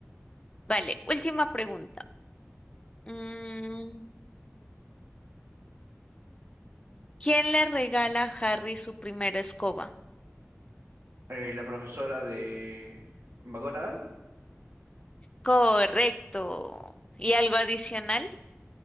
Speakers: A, on the left; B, on the right.
A: Vale, última pregunta. Mm, ¿quién le regala a Harry su primera escoba?
B: Eh, la profesora de McGonagall.
A: Correcto. ¿Y algo adicional?